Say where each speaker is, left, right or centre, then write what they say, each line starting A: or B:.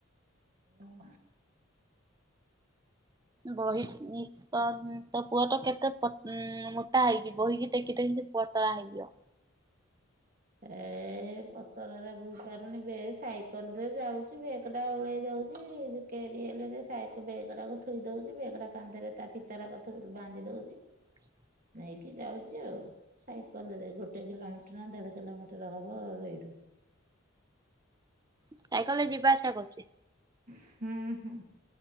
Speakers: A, on the right; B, on the right.
A: ଆଉ
B: ବହିଥିନି ତ ତୋ ପୁଅ କେତେ ଉ ମୋଟା ହେଇଛି ବହିକି ଟେକି ଟେକି ପତଳା ହେଇଯିବ
A: ଏ ପତଳା ଟା ବେହିପାରୁନି ବେ ସାଇକେଲ୍ ରେ ଯାଉଛି ବେ ସେଟା ଉଳେଇ ଯାଉଛି କେରିଏଲେରେ ବେଗ ଟା ଥୋଇ ଦଉଛି ବେଗ ଟା କାନ୍ଦରେ ତା ଫିତା ବାନ୍ଧି ଦେଉଛି
B: ହଁ
A: ନେଇକି ଯାଉଛି ଆଉ ସାଇକେଲ୍ ରେ ଗୋଟେ କିଲୋମିଟର ଦେଢ଼ କିଲୋମିଟର ହବ ଏଇଠୁ
B: ସାଇକଲ୍ ରେ ଯିବା ଆସିବା କରୁଛି
A: ହୁଁ ହୁଁ